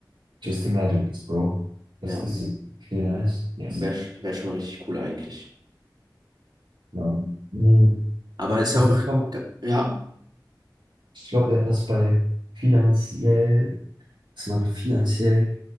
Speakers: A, on the right (about 85°); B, on the right (about 60°).
A: Just imagine this, bro.
B: Ja,
A: Does this feel nice? Yes.
B: wäre wär wär schon richtig cool eigentlich.
A: No. Mhm.
B: Aber ist ja
A: Also
B: auch,
A: ich glaube,
B: ga- ja,
A: ich glaub ja, dass bei finanziell, dass man finanziell